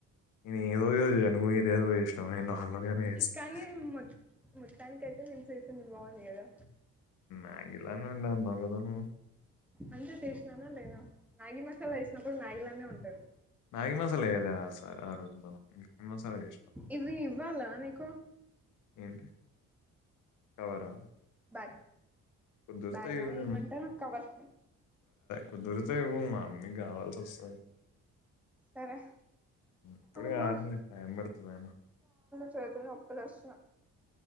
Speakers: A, on the left (about 85°); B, in the centre.
A: నేను ఏదేదో చేసా జనుభద ఏదోజు ఇష్టం నేను నంగలుగానే ఇస్తాను
B: కానీ మొ మొత్తానికయితే నేను చేసింది బాగుంది కదా
A: మంగలానండి అంగదా నువ్వు
B: అంతే చేసినానా లేనా మాగీ మసాలా వేసినప్పుడు మాగీ లానే ఉంటాయి ట
A: మ్యాగి మసాలాల ఆజ మ మ మసాలా ఇష్ట
B: ఇది ఇవ్వాలా నీకు
A: ఏంటి కవరా
B: ప
A: కుదిరితే
B: బాగా
A: ఇవ్వు.
B: ఏమంటారు ఆ కవర్
A: కుదురితే ఇవో మా అమ్మీ కావాల్సి వస్తుంది
B: సరే
A: ఇప్పుడు
B: అమ్మా
A: కాాల టైం పడుతుంది అనా
B: చతు నప్పలస్